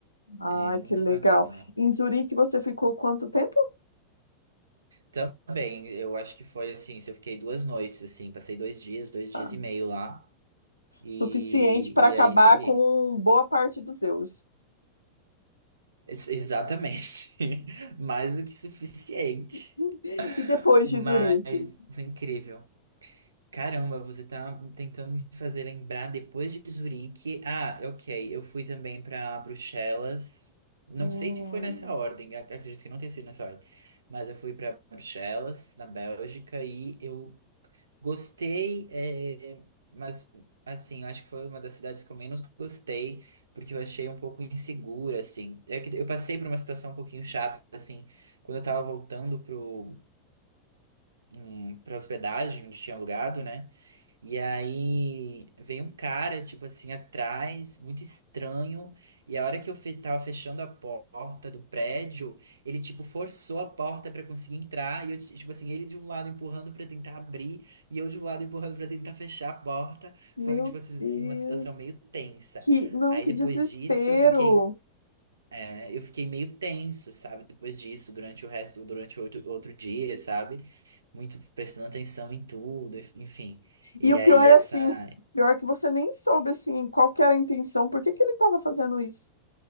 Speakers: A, on the left; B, on the right.
A: Ai,
B: É muito
A: que legal.
B: bacana.
A: Em Zurique você ficou quanto tempo?
B: Também, eu acho que foi assim, se eu fiquei duas noites, assim, passei dois dias, dois
A: Ah,
B: dias e meio lá, e,
A: suficiente para acabar
B: e aí segui.
A: com boa parte dos euros.
B: Ex- exatamente. <laughs> Mais do que suficiente.
A: <laughs> E depois
B: Mas
A: de Zurique?
B: foi incrível. Caramba, você tá tentando me fazer lembrar depois de Zurique. Ah, ok, eu fui também pra Bruxelas. Não
A: Hum,
B: sei se foi nessa ordem, ac- acredito que não tenha sido nessa ordem. Mas eu fui pra Bruxelas, na Bélgica, e eu Gostei, é, mas assim, eu acho que foi uma das cidades que eu menos gostei, porque eu achei um pouco insegura, assim. É que Eu, passei por uma situação um pouquinho chata, assim, quando eu tava voltando pro, hum, pra hospedagem onde tinha alugado, né? E aí veio um cara, tipo assim, atrás, muito estranho. E a hora que eu fe tava fechando a porta do prédio, ele, tipo, forçou a porta pra conseguir entrar. E eu, ti- tipo assim, ele de um lado empurrando pra tentar abrir, e eu de um lado empurrando pra tentar fechar a porta.
A: meu
B: Foi, um, tipo assim,
A: Deus.
B: assim, uma situação meio tensa.
A: Que, não,
B: Aí
A: que
B: depois
A: desespero.
B: disso eu fiquei, é, eu fiquei meio tenso, sabe? Depois disso, durante o resto, durante o outro, outro dia, sabe? Muito prestando atenção em tudo, enfim. E
A: E o pior
B: aí
A: é
B: essa
A: assim, pior que você nem soube assim qual que era a intenção, por que que ele estava fazendo isso?